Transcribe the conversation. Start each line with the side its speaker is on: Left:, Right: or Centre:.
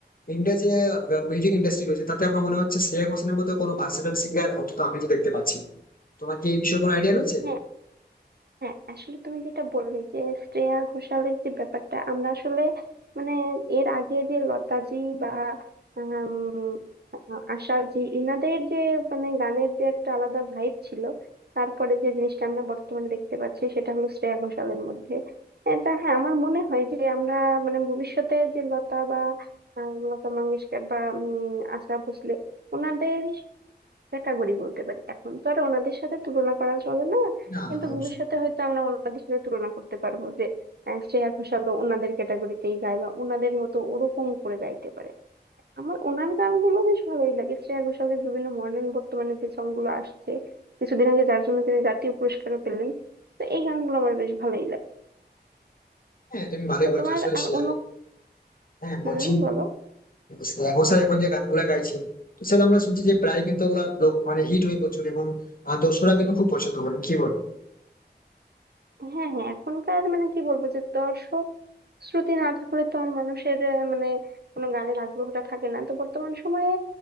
Left: ইন্ডিয়া যে মিউজিক ইন্ডাস্ট্রি রয়েছে তাতে আমার মনে হচ্ছে শ্রেয়া ঘোষালের মতো কোনো ভার্সেটাইল সিঙ্গার অন্তত আমি তো দেখতে পাচ্ছি না। তোমার কি এই বিষয়ে কোনো আইডিয়া রয়েছে
Right: হ্যাঁ হ্যাঁ আসলে তুমি যেটা বললে যে শ্রেয়া ঘোষালের যে ব্যাপারটা আমরা আসলে মানে এর আগে যে লতাজি বা উম, আশাজি ইনাদের যে মানে গানের যে একটা আলাদা ভাইব ছিল তারপরে যে জিনিসটা আমরা বর্তমানে দেখতে পাচ্ছি সেটা হলো শ্রেয়া ঘোষালের মধ্যে এটা হ্যাঁ আমার মনে হয় যে আমরা মানে ভবিষ্যতে যে লতা বা আহ, লতা মঙ্গেশকর বা উম, আশা ভোসলে ওনাদের ক্যাটাগরি বলতে পারি এখন তো আর ওনাদের সাথে তুলনা করা চলে না
Left: না
Right: কিন্তু
Left: অবশ্যই
Right: ভবিষ্যতে হয়তো আমরা ওনাদের সাথে তুলনা করতে পারবো যে আহ, শ্রেয়া ঘোষালও ওনাদের ক্যাটাগরিতেই গায় বা ওনাদের মতো ওরকম করে গাইতে পারে আমার ওনার গানগুলো বেশ ভালোই লাগে শ্রেয়া ঘোষালের বিভিন্ন মডার্ন বর্তমানে যে সংগুলো আসছে কিছুদিন আগে যার জন্য তিনি জাতীয় পুরস্কারও পেলেন তো এই গানগুলো আমার বেশ ভালোই লাগে
Left: হ্যাঁ তুমি ভালোই
Right: তো
Left: বলেছো
Right: তোমার
Left: আসলে
Right: আর
Left: শ্রেয়া
Right: অন্য
Left: ঘো- হ্যাঁ
Right: হুম
Left: বলছি
Right: বলো
Left: শ্রেয়া ঘোষাল এখন যে গানগুলা গাইছে তো সেটা আমরা শুনছি যে প্রায় কিন্তু ওগুলা লোক- মানে হিট হয়ে প্রচুর এবং আহ, দর্শকরা কিন্তু খুব পছন্দ করে কি বল
Right: হ্যাঁ হ্যাঁ এখনকার মানে কি বলবো যে দর্শক শ্রুতি না থাকলে তো আর মানুষের আহ, মানে কোনো গানের আগ্রহটা থাকে না তো বর্তমান সময়ে